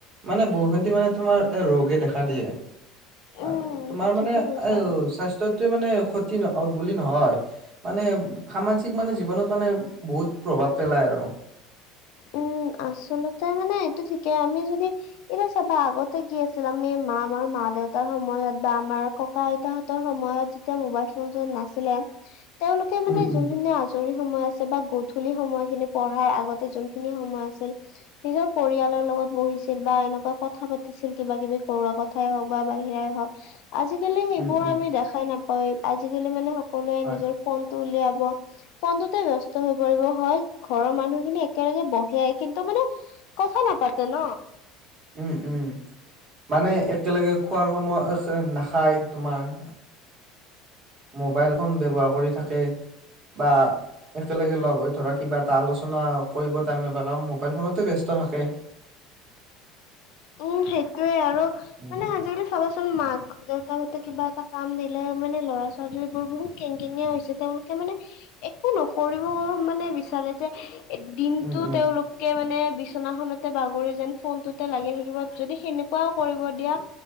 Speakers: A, on the right (about 35°); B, on the left (about 60°).
A: মানে বহু খিনি মানে তোমাৰ এ ৰোগে দেখা দিয়ে।
B: উম
A: আৰু তোমাৰ মানে
B: ঠিকে কৈছা।
A: আও স্বাচ স্থ্যটো মানে ক্ষতি ন বুলি নহয় মানে সামাজিক মানে জীৱনত মানে বহুত প্ৰভাৱ পেলাই আৰু।
B: উম আচলতে মানে এইটো ঠিকেই আমি যদি এতিয়া চাবা আগত তে কি আছিল আমি মাঁ আমাৰ মাঁ - দেউতাৰ সময়ত বা আমাৰ ককা - আইতাহঁতৰ সময়ত তেতিয়া মোবাইল ফোন চোন নাছিলে।
A: <inaudible>
B: তেওঁলোকে মানে
A: উম উম
B: যোনখিনি আজৰি সময় আছে বা গধূলি সময়খিনি পঢ়াৰ আগতে যোন খিনি সময় আছিল নিজৰ পৰিয়ালৰ লগত বহিছিল বা এনেকুৱা কথা পাতিছিল কিবা - কিবি কৰোৱা ক থাই হওক বা বাহিৰাই হওক। আজিকালি সেইবোৰ
A: উম উম
B: আমি দেখাই নাপায় আজিকালি মানে সকলোৱে
A: হয়
B: নিজৰ ফোনটো উলিয়াব, ফোনটোতে বস্ত হৈ পৰিব হয় ঘৰৰ মানুহিনি একেলগে ব সেয়াই কিন্তু মানে কথা নাপাতে ন।
A: উম উম মানে একেলগে খোৱাৰ সময় নাখায় তোমাৰ। মোবাইল ফোন ব্যৱহাৰ কৰি থাকে। বা একেলগে লগ হৈ ধৰা কিবা এটা আলোচনা কৰিব টাইম নাপায় কাৰণ মবাইল ফোনতে ব্যস ত ফাকে।
B: উম সেইটোয়ে আৰু
A: উম
B: মানে আজিকালি চাবাচোন মাক - দেউতাকতে কিবা এটা কাম দিলে মানে ল'ৰা - ছোৱালী বোৰ বহুত কেং কেনিয়া হৈছে তেওঁলোক মানে একো নকৰিব মানে বিচাৰে যে দিনটো
A: উম উম
B: তেওঁলোকে মানে বিচনাখনতে বাগৰি যেন ফোনতে লাগি থা ইবত যদি সেনেকুৱাও কৰিব দিয়া